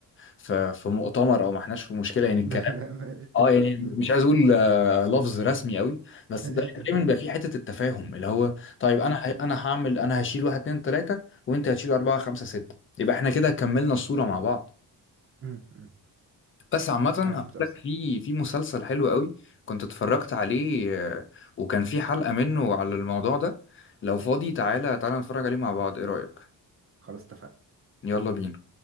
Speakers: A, on the left (about 30°); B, on the right (about 35°).
A: في في مؤتمر او ما احناش في مشكلة يعني
B: <laughs>
A: الكلام
B: بتبقى
A: اه يعني مش
B: امم
A: عايز اقول آه، لفظ رسمي قوي بس
B: <laughs>
A: ده دايما بيبقى في حته التفاهم اللي هو طيب
B: امم
A: انا ه... انا هعمل انا هشيل واحد اتنين تلاته وانت هتشيل اربعه خمسه سته يبقى احنا كده كملنا الصوره مع بعض
B: امم امم.
A: بس عامه
B: انا
A: هقول
B: فهمت قصدك
A: لك في في مسلسل حلو قوي كنت اتفرجت عليه آه، وكان في حلقه منه على الموضوع ده لو فاضي تعالى تعالى نتفرج عليه مع بعض ايه رايك
B: <laughs> خلاص اتفقنا
A: يلا بينا